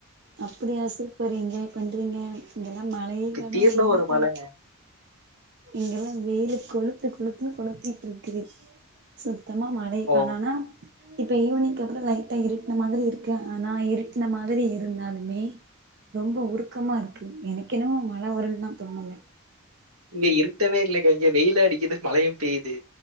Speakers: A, on the right; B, on the right.
A: அப்டியா சூப்பர் என்ஜாய் பண்றீங்க இங்கெல்லா மழயே
B: திடீர்னு
A: காணோ ஒன்னு
B: ஒரு மழைங்க
A: காணோ இங்கெல்லா வெயிலு கொளுத்து கொளுத்துன்னு கொளுத்திட்டு இருக்குது சுத்தமா மழையே
B: ஓ
A: கானான இப்ப ஈவினிங் அப்புற லைட்டா இருட்டுன மாதிரி இருக்கு ஆனா இருட்டின மாதிரி இருந்தாலுமே ரொம்ப உருக்கமா இருக்கு எனக்கு என்னமோ மழ வரும்ன்னுதா தோணல
B: இங்க இருட்டவே இல்லைக்க இங்க வெயிலு அடிக்குது மழையும் பெய்யுது